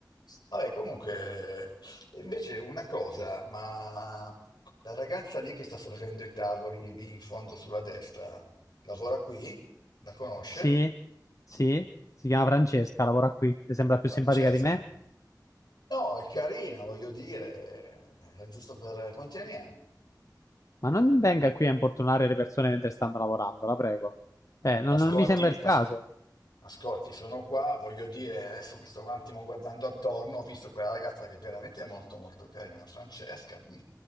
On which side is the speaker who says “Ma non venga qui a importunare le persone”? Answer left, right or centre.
Left